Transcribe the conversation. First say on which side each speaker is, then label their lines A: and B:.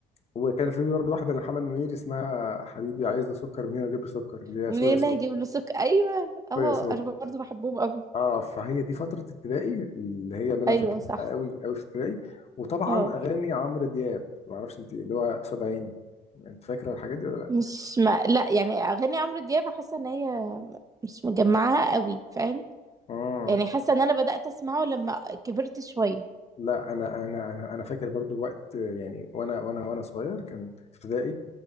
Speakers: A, on the left (about 40°); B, on the right (about 20°).
A: وكان في برضه واحده لمحمد منير اسمها حبيبي عايز له سكر منين اجيب له سكر اللي هي
B: ومنين
A: سو يا سو
B: هنا هجيب له سك ايوه
A: سو
B: اهو
A: يا سو
B: انا برضو بحبهم قوي
A: اه فهي دي فتره ابتدائي اللي هي اللي انا
B: ايوه
A: فاكرها
B: صح
A: قوي قوي في ابتدائي وطبعا
B: اه
A: اغاني عمرو دياب ما اعرفش انت اللي هو قصاد عيني انت فاكره الحاجات دي ولا لا
B: مش ما لا يعني اغاني عمرو دياب حاسه ان هي مش مجمعاها قوي فاهم
A: اه
B: يعني حاسه ان انا بدات اسمعه لما كبرت شويه
A: لا انا انا انا انا فاكر برضو وقت يعني وانا وانا وانا صغير كان في ابتدائي